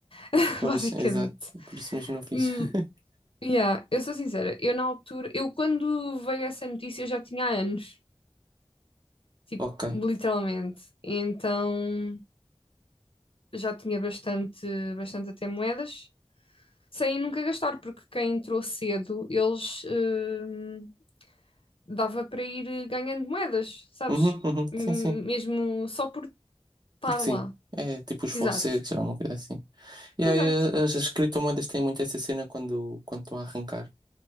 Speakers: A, on the left; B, on the right.
A: <laughs>
B: Pois,
A: basicamente.
B: exato. Por isso mesmo não fiz.
A: Hum,
B: <laughs>
A: Yeah, eu sou sincera, eu na altura, eu quando veio essa notícia eu já tinha há anos, tipo,
B: Ok.
A: literalmente. Então já tinha bastante, bastante até moedas, sem nunca gastar, porque quem entrou cedo, eles hum, dava para ir ganhando moedas, sabes?
B: Uhum, uhum.
A: Hum,
B: Sim, sim.
A: Mesmo só por estar
B: Porque sim.
A: lá.
B: É tipo os falsetes
A: Exato,
B: ou uma coisa assim. E
A: exato,
B: aí eh, as, as criptomoedas têm muito essa cena quando, quando estão a arrancar.